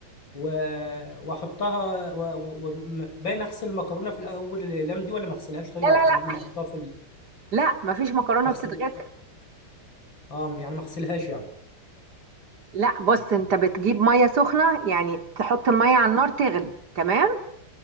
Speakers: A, on the left; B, on the right.
A: و- واحطها و- و- و- باين اغسل المكرونه في الاول الاقلام دي ولا ما اغسلهاش طيب
B: لا لا
A: عشان
B: لا
A: قبل ما احطها في ال...
B: لا مفيش مكرونة
A: بغسل
B: بتتغسل
A: اه يعني ما اغسلهاش يعني
B: لا بص أنت بتجيب مية سخنة يعني تحط المية على النار تغلي تمام